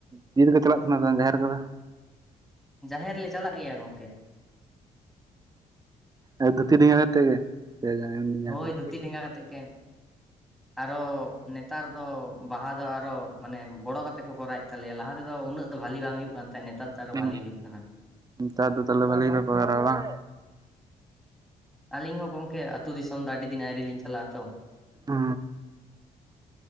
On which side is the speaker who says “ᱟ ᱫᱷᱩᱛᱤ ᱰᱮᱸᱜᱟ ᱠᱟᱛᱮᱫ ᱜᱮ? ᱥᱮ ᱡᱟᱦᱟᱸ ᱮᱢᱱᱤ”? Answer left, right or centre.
Right